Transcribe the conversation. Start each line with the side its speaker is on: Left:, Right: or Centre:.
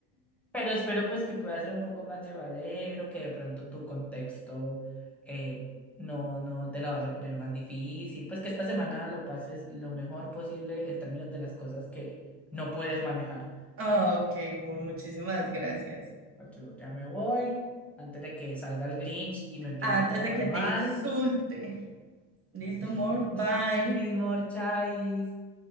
Centre: Pero espero pues que pueda ser un poco más llevadero, que de pronto tu contexto eh, no, no te la vaya a poner más difícil, pues que esta semana lo pases lo mejor posible en términos de las cosas que no puedes manejar.
Right: Ah, ok, mu- muchísimas gracias.
Centre: Yo ya me voy antes de que salga el Grinch y me empiecen
Right: Antes
Centre: a tratar
Right: de que te
Centre: mal.
Right: insulte. Listo,
Centre: <laughs>
Right: amor. Bye.
Centre: Venís, Morchais.